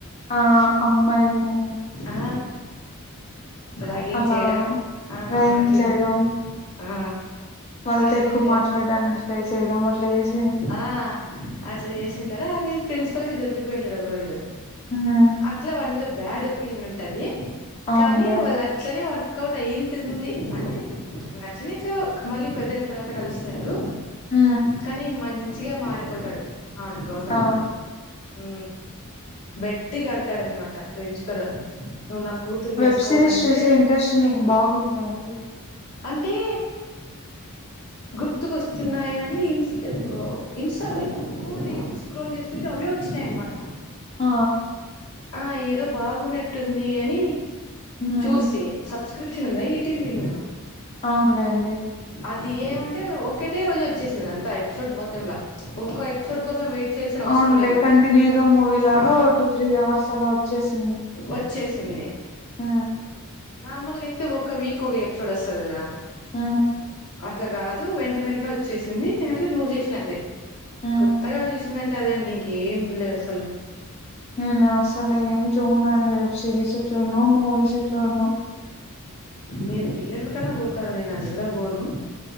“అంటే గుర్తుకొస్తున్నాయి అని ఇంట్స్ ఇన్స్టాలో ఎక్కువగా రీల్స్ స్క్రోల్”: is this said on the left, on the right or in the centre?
Left